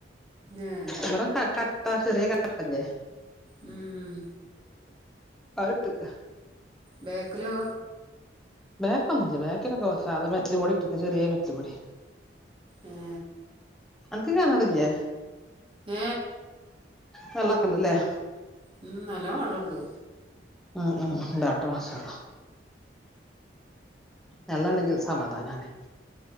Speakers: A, on the right; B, in the centre.
A: ഏ
B: ഇവിടെ കട്ടാ ട്ടാ ചെറിയ കാട്ടല്ലേ
A: ഉം
B: അയ് ഇട്ടാക്കാ
A: ബാക്ക്ലോ
B: ബേക്കൊന്നല്ലേ ബക്കൊക്കെ സാദാ മെറ്റ്ല് പൊടി ഇട്ടക്ക ചെറിയ മെറ്റൽ പൊടി
A: ഉം
B: അനക്ക് കിണാറില്ലേ
A: ഏ
B: വെള്ളക്കണ്ട് ല്ലേ
A: ഉം നല്ലോ വെള്ളം ഉണ്ട്
B: ഉം ഉം ഉണ്ടാകട്ടെ മാഷാ അള്ളാ വെള്ളം ഉണ്ടങ്കിൽ സമാധാനമാണ്